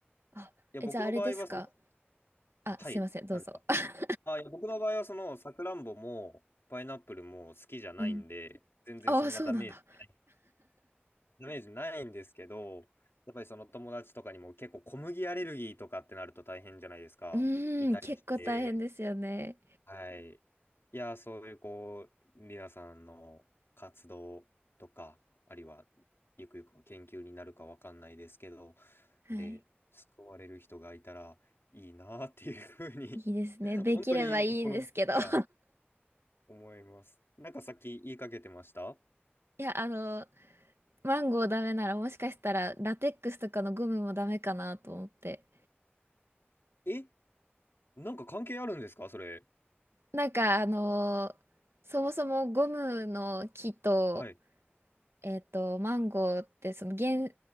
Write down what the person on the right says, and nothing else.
あ、
え、
じゃああれですかあ、
すいません、どうぞ。
<laughs>
うん。
ああ、そうなんだ。
うーん、
結構大変ですよね。
はい。
いいですね。
できればいいんですけど。
<laughs>
いや、あの、マンゴーダメならもしかしたらラテックスとかのゴムもダメかなと思って。
なんかあのーそもそもゴムの木と、
えっと、マンゴーってその原、